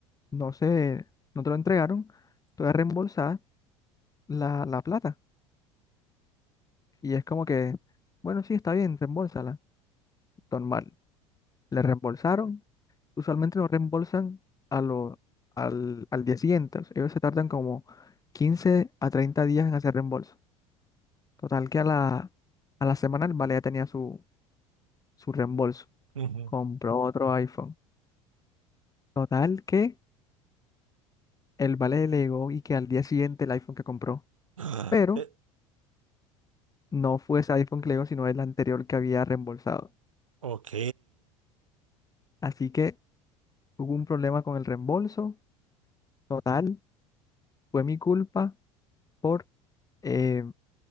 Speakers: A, on the left; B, on the right.
A: no se, no te lo entregaron, tú eres reembolsada la, la plata. Y es como que, bueno, sí, está bien, reembolsala Normal. Le reembolsaron. Usualmente lo reembolsan a lo, al, al día siguiente. o sea, ellos se tardan como 15 a 30 días en hacer reembolso. Total que a la, a la semana el vale ya tenía su, su reembolso.
B: Ujú.
A: Compró
B: <gasps>
A: otro iPhone. Total que el vale le llegó y que al día siguiente el iPhone que compró.
B: Ah,
A: Pero
B: eh,
A: no fue ese iPhone que le llegó, sino el anterior que había reembolsado.
B: ok.
A: Así que hubo un problema con el reembolso total, fue mi culpa por eh,